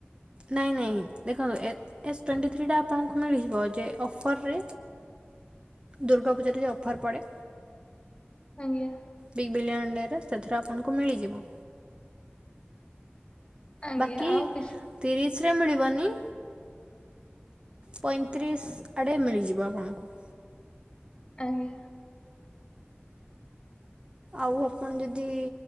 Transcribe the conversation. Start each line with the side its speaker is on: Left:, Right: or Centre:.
Right: ନାଇଁ ନାଇଁ ଦେଖନ୍ତୁ ଏ ଏସ୍ ଟ୍ୱେଣ୍ଟି ଥ୍ରୀଟା ଆପଣଙ୍କୁ ମିଳିଯିବ ଯେ ଅଫରରେ ଦୂର୍ଗା ପୂଜାରେ ଯଉ ଅଫର ପଡ଼େ।
Left: ଆଜ୍ଞା।
Right: ବିଗ୍ ବିଲିୟନ ଡେରେ ସେଥିରେ ଆପଣଙ୍କୁ ମିଳିଯିବ।
Left: ଆଜ୍ଞା
Right: ବାକି
Left: ଆଉ କିଛି
Right: ତିରିଶ ରେ ମିଳିବନି? ପଇଁତିରିଶ ଆଡ଼େ ମିଳିଯିବ ଆପଣଙ୍କୁ।
Left: ଆଜ୍ଞା।
Right: ଆଉ ଆପଣ ଯଦି